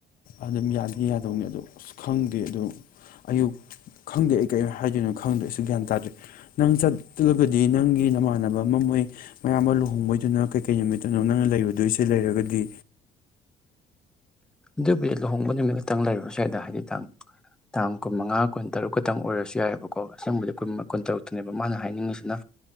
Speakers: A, on the left; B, in the centre.
A: ꯑꯗꯨꯝ ꯌꯥꯗꯤ ꯌꯥꯗꯕꯅꯤ ꯑꯗ ꯑ ꯈꯪꯗꯦ ꯑꯗꯨ ꯑꯌꯨꯛ ꯈꯪꯗꯦ ꯑꯩ ꯀꯔꯤ ꯍꯥꯏꯗꯣꯏꯅꯣ ꯈꯪꯗꯦ ꯑꯩꯁꯨ ꯒ꯭ꯌꯥꯟ ꯇꯥꯗ꯭ꯔꯦ ꯅꯪ ꯆꯠꯇꯂꯂꯒꯗꯤ ꯅꯪꯒꯤ ꯅꯃꯥꯟꯅꯕ ꯑꯃ ꯃꯣꯏ ꯃꯌꯥꯝ ꯑꯃ ꯂꯨꯍꯣꯡꯕꯩꯗꯨꯅ ꯀꯩꯀꯩ ꯅꯨꯃꯤꯠꯇꯅꯣ ꯅꯪꯅ ꯂꯩꯔꯨꯗꯣꯏꯁꯦ ꯂꯩꯔꯒꯗꯤ
B: ꯑꯗꯨꯕꯨꯗꯤ ꯂꯨꯍꯣꯡꯕ ꯅꯨꯃꯤꯠ ꯈꯛꯇꯪ ꯂꯩꯔꯕ ꯁ꯭ꯋꯥꯏꯗ ꯍꯥꯏꯗꯤ ꯇꯥꯡ ꯇꯥꯡ ꯀꯨꯟꯃꯉꯥ ꯀꯨꯟꯇꯔꯨꯛ ꯈꯛꯇꯪ ꯑꯣꯏꯔꯁꯨ ꯌꯥꯏꯑꯕꯀꯣ ꯑꯁꯦꯡꯕꯗꯤ ꯀꯨ ꯀꯨꯟꯇꯔꯨꯛꯇꯨꯅꯦꯕ ꯃꯥꯅ ꯍꯥꯏꯅꯤꯡꯉꯤꯁꯤꯅ